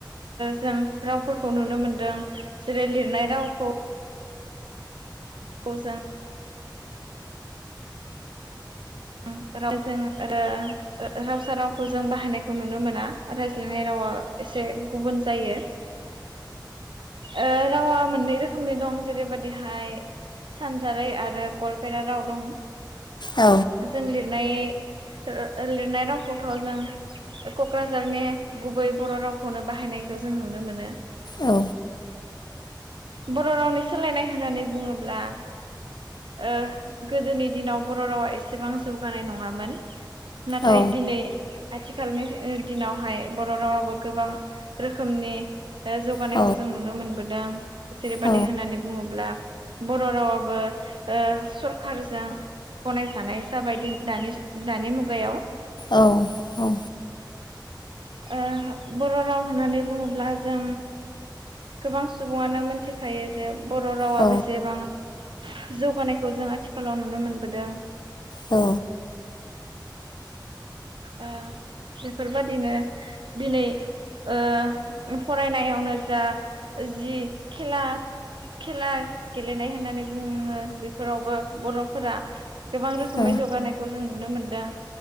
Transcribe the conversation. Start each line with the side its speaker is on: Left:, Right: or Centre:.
Right: जों रावफोरखौ। खौ नुनो मोन्दों। जेरै लिरनाय रावखौ। <unintelligible> <unintelligible> ओ ओ <unintelligible> रावखौ जों बाहायनाय। नुनो मोना राइ लिरनाय रावा एसे गुबुन जायो ओ रावा। मोननै रोखोमनि दं जेरैबादिहाय सानजारै आरो गलपेरा राव दं।
Left: औ
Right: जों लिरनाय ओ लिरनाय रावखौथ जों कक्राझारनि गुबै बर रावखौनो बाहायनायखौ जों नुनो मोनो
Left: औ
Right: बर रावनि सोलायनाय होननानै बुङोब्ला ओ गोदोनि दिनाव बर' रावा एस सेबां जौगानाय नङामोन नाथाय
Left: औ
Right: दिनै आथिखालनि ओ दिनावहाय बर रावाबो गोबां रोखोमनि जौगानायखौ
Left: औ
Right: जों नुनो मोनबोदों जेरैबायदि
Left: औ
Right: होननानै बुङोब्ला बर' रावाबो ओ सरखारजों गनायजानाय जाबाय दि दानि दानि मुगायाव
Left: औ औ
Right: ओ बर राव होननानै बुङोब्ला जों गोबां सुबुङानो मोनथिखायो जे बर‌' रावा
Left: औ
Right: बेसेबां जौगानायखौ जों आथिखालाव नुनो मोनबोदों।
Left: औ
Right: ओ बेफोरबादिनो दिनै ओ फरायनायावनो जा जि खेला खेला गेलेनाय होननानै बुङो बेफोरावबो बरफोरा गोबां रोखोमै
Left: औ
Right: जौगानायखौ जों नुनो मोन दों